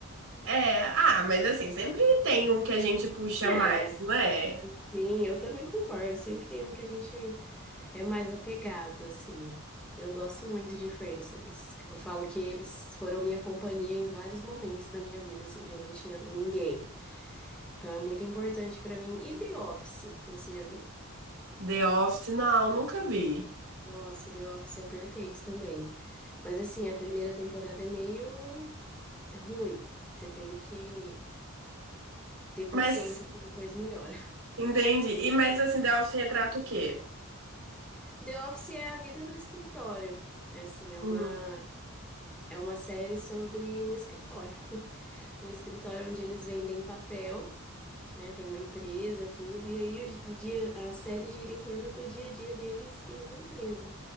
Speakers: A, on the right; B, in the centre.
A: é, ah, mas assim, sempre tem um que a gente puxa
B: É,
A: mais, não é?
B: sim, eu também concordo. Sempre tem um que a gente é mais apegado, assim. Eu gosto muito de Friends. Eles, eu falo que eles foram minha companhia em vários momentos da minha vida, assim, que eu não tinha ninguém. Então é muito importante pra mim. E The Office, você já viu?
A: The Office, não, nunca vi.
B: Nossa, The Office é perfeito também. Mas assim, a primeira temporada é meio ruim. Você tem que ter paciência
A: Mas,
B: porque depois melhora.
A: entendi. E, mas assim, The Office retrata o quê?
B: <laughs> The Office é a vida no escritório. É assim, é
A: Hum,
B: uma é uma série sobre um escritório. <laughs> Um escritório onde eles vendem papel, né? Tem uma empresa, tudo, e aí o, gi- o dia a série gira em torno do dia a dia deles em uma empresa.